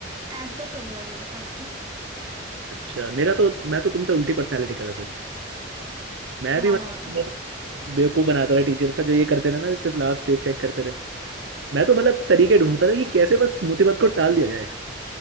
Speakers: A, on the right; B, on the right.
A: ऐसा सब हुआ है मेरे साथ तो
B: अच्छा, मेरा तो मैं तो तुमसे उल्टी पर्सनैलिटी का था फिर मैं
A: हाँ
B: भी मतलब बेवकूफ बनाता रहा टीचर का जो ये करते रहे ना सिर्फ लास्ट पेज चेक करते रहे मैं तो मतलब तरीके ढूंढता था कि कैसे बस मुसीबत को टाल दिया जाए